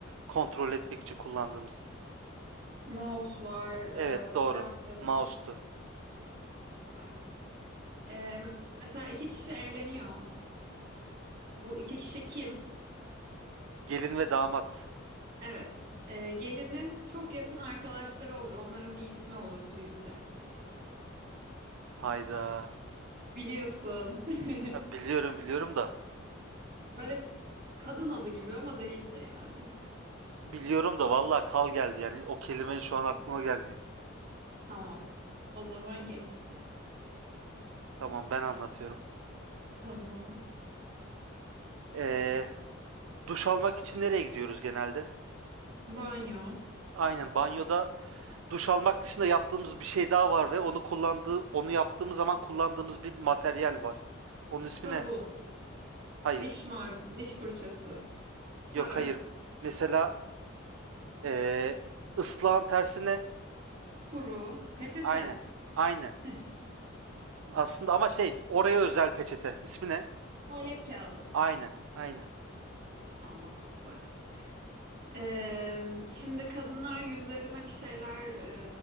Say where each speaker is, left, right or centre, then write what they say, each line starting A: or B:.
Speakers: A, on the right; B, on the right.
A: Kontrol etmek için kullandığımız.
B: mouse var,
A: Evet doğru.
B: e, klavye var.
A: Mouse'tu.
B: Süper. E, mesela iki kişi evleniyor. Bu iki kişi kim?
A: Gelin ve damat.
B: Evet. E, gelinin çok yakın arkadaşları olur. Onların bir ismi olur düğünde.
A: Hayda.
B: Biliyorsun. <laughs>
A: Ha, Biliyorum biliyorum da.
B: Böyle kadın adı gibi ama değil de yani.
A: Biliyorum da vallahi kal geldi yani o kelime şu an aklıma gelmiyor.
B: Tamam. O zaman geçtim.
A: Tamam ben anlatıyorum.
B: Tamam.
A: Ee, duş almak için nereye gidiyoruz genelde?
B: Banyo,
A: Aynen banyoda duş almak dışında yaptığımız bir şey daha var ve onu kullandığı onu yaptığımız zaman kullandığımız bir materyal var. Onun ismi
B: sabun,
A: ne? Hayır.
B: diş macunu, diş fırçası, tarak,
A: Yok hayır. Mesela ee, ıslağın tersi ne?
B: kuru, peçete,
A: Aynen. Aynen.
B: <laughs>
A: Aslında ama şey oraya özel peçete. İsmi ne?
B: tuvalet kağıdı.
A: Aynen. Aynen.
B: Tamam süper. Ee, şimdi kadınlar yüzlerine bir şeyler e,